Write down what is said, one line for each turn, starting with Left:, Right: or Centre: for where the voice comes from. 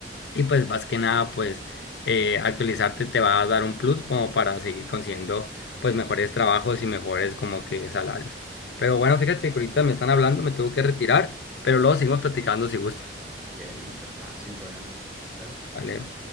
Left: y pues más que nada pues eh, actualizarte te va a dar un plus como para seguir consiguiendo pues mejores trabajos y mejores como que salarios. Pero bueno, fíjate que ahorita me están hablando, me tengo que retirar, pero luego seguimos platicando si gusta.
Centre: Ok, listo, ah, sin problema. ¿Sale?
Left: ¿vale?